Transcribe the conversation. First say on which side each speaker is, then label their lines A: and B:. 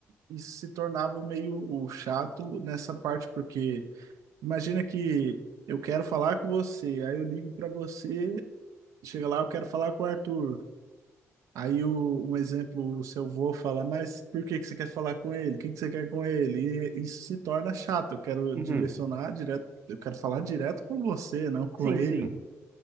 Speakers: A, on the right (about 85°); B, on the right (about 40°).
A: isso se tornava meio chato nessa parte, porque imagina que eu quero falar com você, aí eu ligo para você, chega lá, eu quero falar com o Arthur. Aí o, um exemplo, o seu avô fala, mas por que que você quer falar com ele? O que que você quer com ele? E isso se torna chato. Eu quero
B: Uhum.
A: direcionar direto, eu quero falar direto com você, não com
B: Sim,
A: ele.
B: sim.